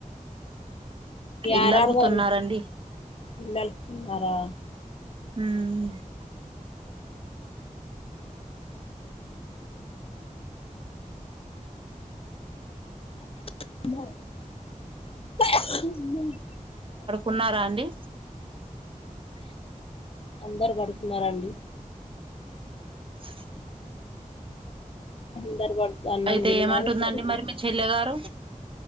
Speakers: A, on the right; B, on the left.
A: ఇల్లలుకుతున్నారండి
B: ారరు గరు పిల్లలున్నారా
A: హ <unintelligible>
B: <unintelligible> <unintelligible>
A: ఉన్నారా అండి
B: అందరు పడుతు ఉన్నారంండి
A: <inaudible>
B: అందరు పడుకు అన్నం
A: అయితే
B: తిన్నారు
A: ఏమంటుందండి
B: పడుకున్నారు
A: మరి మీ చెల్లె గారు